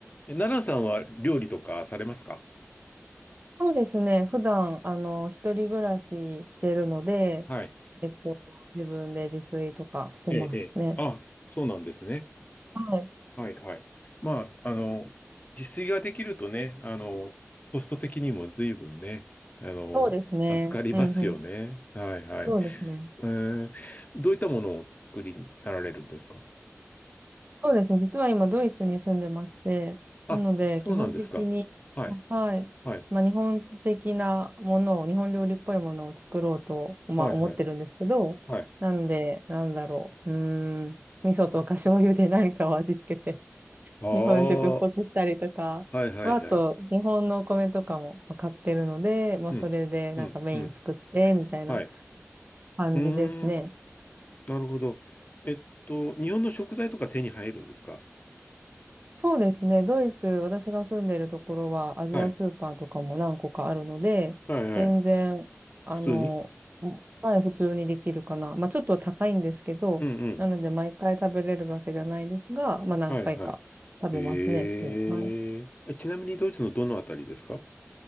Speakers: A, on the left; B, on the right.
A: え、奈良さんは料理とかされますか
B: そうですね。普段、あの、一人暮らししてるので、
A: はい。
B: えっと、自分で自炊とかしてますね。
A: ええ、ええ。あ、そうなんですね。
B: はい。
A: はいはい。まあ、あの、自炊ができるとね、あの、コスト的にも随分ね、あの、
B: そうですね。
A: 助かりますよね。
B: うんうん。
A: はいはい。
B: そうですね。
A: えーどういったものを作りになられるんですか
B: そうですね。実は今、ドイツに住んでまして、
A: あ、
B: なので、
A: そうなんですか。
B: 基本的に、
A: はい。
B: はい。
A: はい。
B: まあ、日本的なものを、日本料理っぽいものを作ろうと、まあ、
A: はいはい。
B: 思ってるんですけど、
A: はい。
B: なんで、なんだろう。うーん。味噌とか醤油で何かを味付けて
A: ああ、
B: 日本食っぽくしたりとか、
A: はいはいはい。
B: まあ、あと、日本のお米とかも買ってるので、まあ、
A: うん。
B: それでなんかメイン作って、
A: うん。うん。
B: みたいな
A: はい。
B: 感じですね。
A: うーなるほど。えっと、日本の食材とか手に入るんですか
B: そうですね。ドイツ、私が住んでるところは、アジアスーパーとかも何個かあるので、
A: はい。はいはい。
B: 全然、あの、
A: 普通に
B: はい、普通にできるかな。まあ、ちょっと高いんですけど、
A: うんうん。
B: なので、毎回食べれるわけじゃないですが、まあ、何回か食べますね、
A: はいはい。えーえ。
B: 週に。はい。
A: ちなみにドイツのどのあたりですか